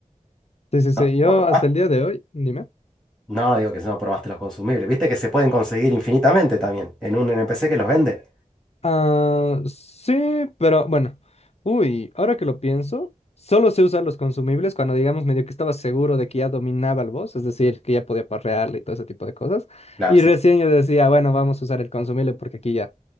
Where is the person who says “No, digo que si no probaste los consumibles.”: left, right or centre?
Centre